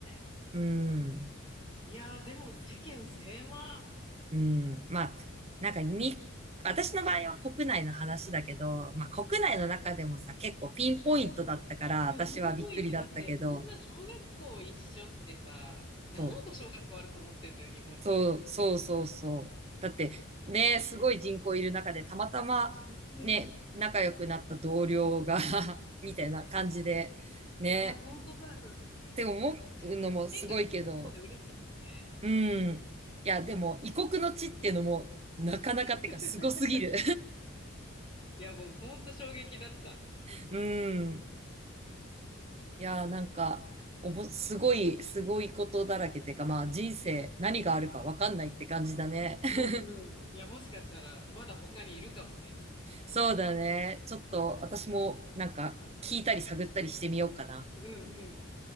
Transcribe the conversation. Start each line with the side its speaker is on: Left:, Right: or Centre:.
Left: え。
Right: うん。
Left: いやー、でも世間狭。
Right: うん。まあ、なんかに、私の場合は国内の話だけど、まあ国内の中でもさ、結構ピンポイントだったから、
Left: でも、
Right: 私はびっくりだったけど、
Left: ビーボーイズだって、そんな小学校一緒ってさ、何個小学校あると思ってんのよ、
Right: そう、
Left: 日本に。
Right: そう、そう、そうそう。だって、ね、すごい人口いる中で、たまたま、
Left: うん。
Right: ね、
Left: い
Right: 仲良くなった同僚が <laughs> みたいな感じで、ね、
Left: や、本当だよね。
Right: って思うのもすごいけど、
Left: しかも、縁が続きそうで嬉しいよね。
Right: うん。いや、でも、異国の地っていうのも、なかなかってか、
Left: <laughs>
Right: すごすぎる。
Left: いや、僕、本当衝撃だった。
Right: <laughs> うん。いやーなんか、おも、すごい、すごいことだらけってか、まあ人生何があるかわかんないって感じだね。<laughs>
Left: うんうん。いや、もしかしたら、まだ他にいるかもね。
Right: そうだね。ちょっと私もなんか聞いたり探ったりしてみようかな。
Left: うんうんうん。